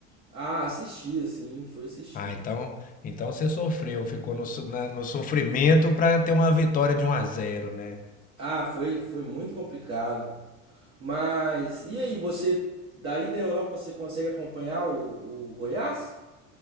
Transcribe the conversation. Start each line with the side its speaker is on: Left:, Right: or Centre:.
Right: Ah, assisti, assim, fui assistindo.
Left: Ah, então, então você sofreu, ficou no, so- na- no sofrimento para ter uma vitória de um a zero, né?
Right: Ah, foi, foi muito complicado. Mas, e aí, você, daí da Europa, você consegue acompanhar o, o Goiás?